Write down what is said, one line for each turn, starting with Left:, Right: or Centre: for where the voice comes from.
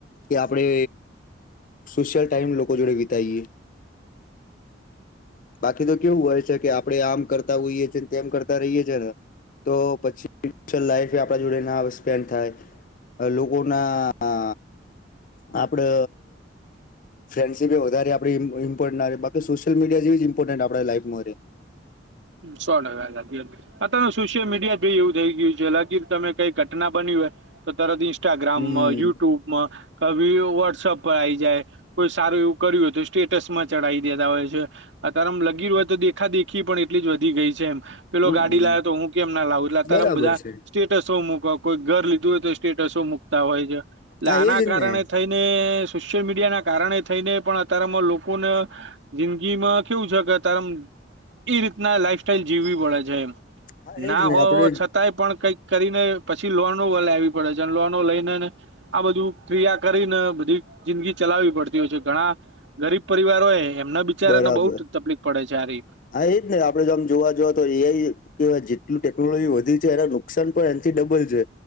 Left: કે આપડે સોશિયલ ટાઈમ લોકો જોડે વિતાઈએ. બાકી તો કેવું હોય છે કે આપડે આમ કરતા હોઈએ છેએ ને તેમ કરતા રહીએ છે ને તો પછી લાઈફ આપડા જોડે ના સ્પેન્ડ થાય લોકોના આપડે ફ્રેન્ડશિપ એ વધારે ઈમપોર્ન્ટ બાકી સોસીયલ મીડિયા જેવી જ ઇમ્પોર્ટન્ટ આપ લાઈફમાં રે
Right: સો ટકા આ તમે સોશિયલ મીડિયા જો એવું થઈ ગયું છે હકી તમે કઈ ઘટના બની હોય તો તરત ઇન્સ્ટાગ્રામ
Left: હમ
Right: યુટ્યુબ મા કભી વ્ટસઅપ પર આઈ જાય કોઈ સારું એવું કર્યું હો તો સ્ટેટસ માં ચઢાવી દેતા હોય છે. અત્યારેમ લગી રહ્યું હોય તો દેખા દેખી પણ એટલી જ વધી ગઈ છે એમ પેલો
Left: હમ
Right: ગાડી લાવ્યો તો હું કેમ ના લાવું એટલા ત્યારેમ
Left: બરાબર
Right: બધા
Left: છે
Right: સ્ટેટસો મૂક કોઈ ઘર લીધું હોય તો સ્ટેટસો મુકતા હોય છે એટલે
Left: હા
Right: આના
Left: એજ
Right: કારણે
Left: ને
Right: થઈ ને સોશિયલ મીડિયા ના કારણે થઈને પણ અતારમાં લોકોને જિંદગી માં કેવું છે કે તાર આમ એ રીતના લાઈફ સાઈલ જીવવી પડે છે,
Left: હા એજ
Right: ના
Left: ને
Right: હોવ
Left: આપડે
Right: છ કાંઈ પણ કંઈક કરીને પછી લોન વલાવી પડે છે અને લોનો લઈને ને આ બધું ક્રિયા કરીને બધી જિંદગી ચલાવી પડ તી હોય છે ઘણા ગરીબ પરિવાર હોય એમના બિચારાને
Left: બરાબર
Right: બહુ તકલીફ પડે છે આ રીત.
Left: હા એ જ ને આપડે જોમ જોવા જએ તો એઆઇ કે જેટલું ટેકનોલોજી વધી છે એના નુકસાન પણ એનથી ડબલ છે.